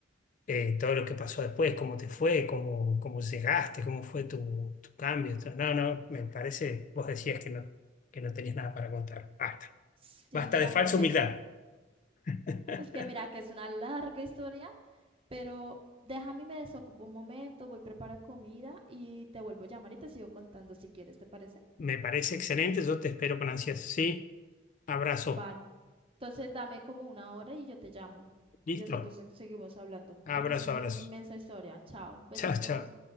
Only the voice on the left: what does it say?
eh, todo lo que pasó después, cómo te fue, cómo, cómo llegaste, cómo fue tu, tu cambio. Entonces, No, no, me parece, vos decías que no, que no tenías nada para contar. Basta,
basta
de falsa
humildad.
<laughs>
Me parece excelente, yo te espero con ansias. Sí, abrazo.
Listo.
Abrazo,
abrazo.
Chao, chao.